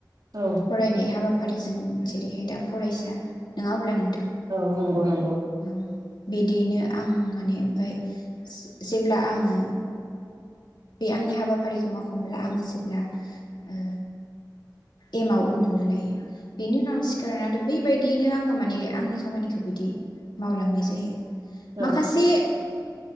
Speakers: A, on the right; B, on the left.
A: औ
B: फरायनाय हाबा हाबाफारिजों जेरैहाय दा फरायसा। नङा अब्ला नोंथां।
A: औ नंगौ नंगौ
B: औ बिदियैनो आं माने ओमफाय जे जेब्ला आङो। बे आंनि हाबाफारिखौ मावखांब्ला आङो जेब्ला ओ एमाव उन्दुनो लायो बेनि उनाव आं सिखारनानै आरो बैबायदियैनो आङो माने आंनि खामानिखौ बिदि मावलांनाय जायो।
A: औ
B: माखासे